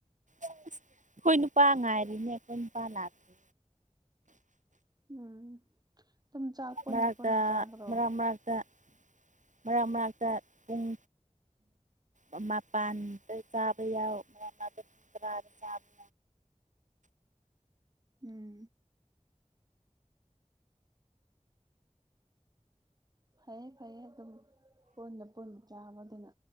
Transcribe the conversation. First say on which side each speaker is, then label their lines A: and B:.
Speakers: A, on the right (about 80°); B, on the right (about 30°).
A: ꯑꯩꯈꯣꯏ ꯅꯨꯄꯥ ꯉꯥꯏꯔꯤꯅꯦ ꯑꯩꯈꯣꯏ ꯅꯨꯄꯥ ꯂꯥꯛꯇꯦ
B: ꯎꯝ ꯑꯗꯨꯝ ꯆꯥꯛ ꯄꯨꯟꯅ
A: ꯃꯔꯥꯛꯛꯇ
B: ꯄꯨꯟꯅ ꯆꯥꯕ꯭ꯔꯣ
A: ꯃꯔꯥꯡ ꯃꯅꯥꯛꯛꯇ ꯃꯔꯥꯡ ꯃꯅꯥꯛꯇ ꯎꯨꯡ ꯎꯝ ꯃꯄꯥꯟꯗ ꯆꯥꯕ ꯌꯥꯎ ꯃꯕ <inaudible>
B: ꯎꯝ ꯐꯩꯌꯦ ꯐꯩꯌꯦ ꯑꯗꯨꯝ ꯀꯣꯟꯅ ꯄꯨꯟꯕ ꯆꯥꯕꯗꯨꯅ